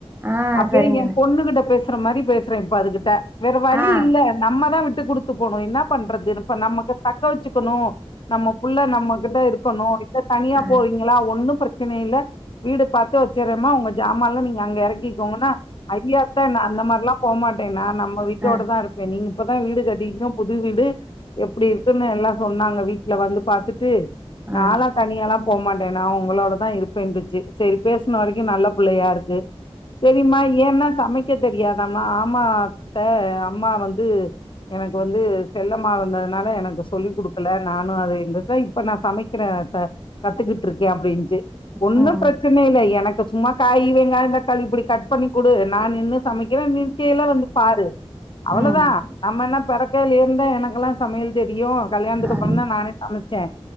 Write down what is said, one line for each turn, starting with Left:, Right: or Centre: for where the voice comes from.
Right: ஆ
Left: அப்பயு
Right: சரிங்க
Left: எ
Right: தோழி
Left: பொண்ணுகிட்ட பேஸ் த்ர மாரி பேச்றே இப்ப அதுகிட்ட வேற வழி
Right: ஆ
Left: இல்ல நம்மதா விட் ட்டுகுடு த்து போகணு என்ன பண்றதுஇப்ப நமக்கு தக்க வச்சுக்கணு நம்ம புள்ளநம்மகிட்ட இருக்கணு இல்ல தனியா
Right: ஆ
Left: போறீங்களா ஒண்ணு பிரச்சன இல்ல வீடு பாத்து வச்சிர்றேமா உங்க ஜாமான்ல்லா நீங்க அங்க எறங்கிக்கோங்கன்னா அடியாத்தா அந்த மாரிலா போமாட்டேன்னா நம்ம வீட்டோட
Right: ஆ ஆ
Left: தா இருப்பே நீங் இப்பதா வீடு கட்டி கோ புது வீடு எப்டி இருக்குன்னு எல்லா சொன்னாங்க வீட்ல வந்து பாத்துட் டு நாலா
Right: ஆ ஆ
Left: தனியாலா போமாட்டே நா உங்களோடதா இருப்பேன்ட்ருச்சு சரி பேசின வரைக்கு நல்ல பிள்ளையா இருக்கு சரிம்மா ஏன்னா சமக் க்க தெரியாதாமா ஆமா அத்த அம்மா வந்து எனக் கு வந்து செல்லமா வந்ததுனால எனக்கு சொல்லிக் குடுக்கல நானு அத <unintelligible> இப்ப நா சமைக்கிறே அத்த கத்துக்கிட்ருக்கே அப்படினுச்சு ஒன்னு
Right: ம்
Left: பிரச்சன இல்ல எனக்கு சும்மா காய் வெங்காயோ தக்காளி இப்டி கட் பண்ணி குடு நா நின்னு சமைக்கிறே நிர்க்கைல வந்து பாரு அவளதா
Right: ம்
Left: நம்ம என்ன பெரக் <unintelligible> இருந்தா எனக்குல்லா சமையல் தெரியு கல்யாணத்துக்கு
Right: ஆ
Left: அப்புறந்தா நானே சமச்சே